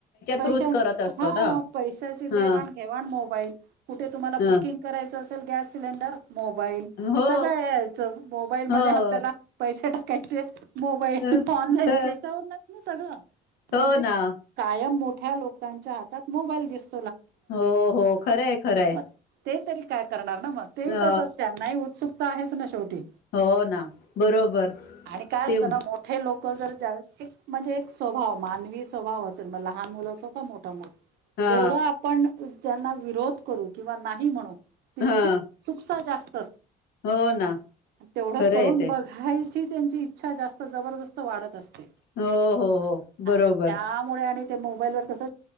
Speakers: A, on the right; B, on the left.
A: पैश
B: थ्रूच करत असतो
A: हा
B: ना
A: पैशाची
B: ह
A: देवान घेवान मोबाईल कुठे तुम्हाला
B: ह
A: बुकिंग करायचं असेल गॅस सिलेंडर मोबाईल
B: हो
A: सगळ याच मोबाईल मध्ये
B: हो
A: आपल्याला पैसे टाकायचे. मोबाईल
B: अ
A: ऑनलाईन
B: अ
A: त्याच्यावरनस ना सगळं, म्हणजे
B: हो ना
A: कायम मोठ मोठ्या लोकांच्या हातात मोबाईल दिसत
B: हो हो खरंय खरंय.
A: मग ते तरी काय करणार ना मग ते
B: अ
A: तसंच त्यांनाही उत्सुकता आहेच ना शेवटी
B: हो ना बरोबर
A: आणि काय
B: ते
A: असत ना मोठे लोक जर जा्यास्त म्हणजे एक स्वभाव मानवी स्वभाव असेल म लहान मुलं असो का मोठा मोठ
B: हा
A: जेवढं आपण ज्यांना विरोध करू किंवा नाही म्हण तितकी
B: हा
A: सुकता जास्त
B: हो ना
A: तेवढं
B: खरं
A: करून
B: आहे ते
A: बघायची त्यांची इच्छा जास्त जबरदस्त वाढत असते
B: हो हो हो बरोबर
A: त्यामुळे आणि ते मोबाईल वर कस